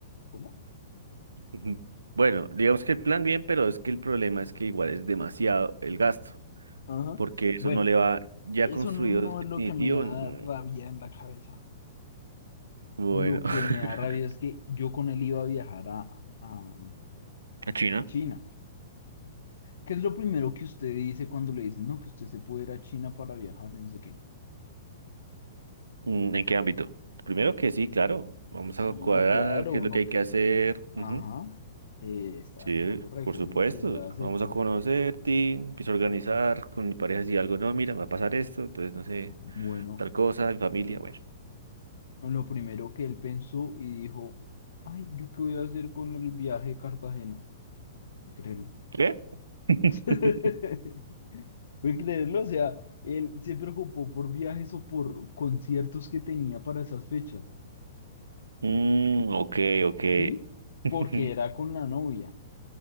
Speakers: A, on the left; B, on the right.
A: ¿cómo?
B: <laughs> Bueno, digamos que el plan bien, pero es que el problema es que igual es demasiado el gasto.
A: Ajá.
B: porque eso
A: Bueno,
B: no le va ya
A: eso
B: construido
A: no
B: este
A: es
B: definitivo.
A: lo que me da
B: mm,
A: rabia en la cabeza.
B: Bueno,
A: Lo que me da
B: <laughs>
A: rabia es que yo con él iba a viajar a, a
B: ¿A China?
A: a China. ¿Qué es lo primero que usted dice cuando le dicen, no, que usted se puede ir a China para viajar? No sé qué.
B: Mm, ¿en qué ámbito? Primero que sí, claro, vamos
A: Sí,
B: a cuadrar
A: claro,
B: qué es lo
A: no,
B: que hay
A: que...
B: que hacer.
A: Ajá,
B: ujú,
A: eh, está
B: Sí,
A: haciendo lo correcto,
B: por supuesto,
A: que es lo que se va a hacer,
B: vamos
A: que
B: a
A: no
B: conocerte,
A: sé qué.
B: empiezo a organizar con mi pareja si algo no, mira, me va a pasar esto, entonces no sé,
A: Bueno,
B: tal cosa, mi familia, bueno.
A: lo primero que él pensó y dijo, ay, ¿yo qué voy a hacer con el viaje de Cartagena? Puede creerlo.
B: ¿Qué? <laughs>
A: <laughs> Puede creerlo, o sea, él se preocupó por viajes o por conciertos que tenía para esas fechas,
B: Mm, ok, ok.
A: ¿sí?
B: <laughs>
A: Porque era con la novia.